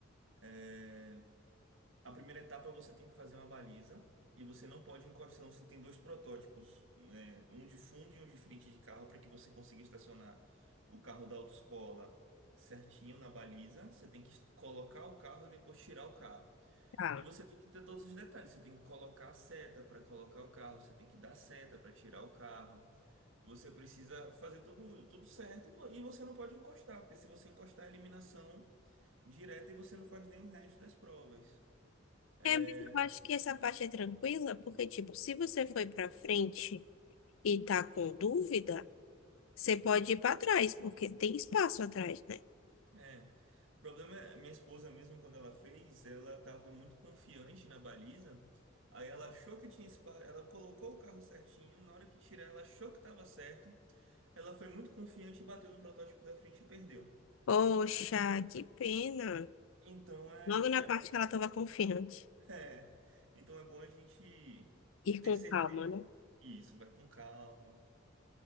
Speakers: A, on the right; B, on the left.
A: É, A primeira etapa é você tem que fazer uma baliza e você não pode encostar. Você tem dois protótipos, né? Um de fundo e um de frente de carro para que você consiga estacionar o carro da autoescola certinho na baliza. Você tem que colocar o carro e depois tirar o carro.
B: Tá.
A: E você tem que ter todos os detalhes. Você tem que colocar a seta para colocar o carro. Você tem que dar seta para tirar o carro. Você precisa fazer tudo, tudo certo e você não pode encostar, porque se você encostar é eliminação direta e você não faz nenhum resto das provas. É,
B: É, mas eu acho que essa parte é tranquila, porque, tipo, se você foi pra frente e tá com dúvida, você pode ir pra trás, porque tem espaço atrás, né?
A: é. O problema é, minha esposa mesmo, quando ela fez, ela estava muito confiante na baliza. Aí ela achou que tinha espaço, ela colocou o carro certinho, na hora que tirar, ela achou que estava certo. Ela foi muito confiante e bateu no protótipo da frente e perdeu.
B: Poxa, que pena.
A: Então é,
B: Logo na parte que ela tava confiante.
A: é, <laughs> é. então é bom a gente
B: Ir
A: ter
B: com
A: certeza
B: calma, né?
A: disso, vai com calma.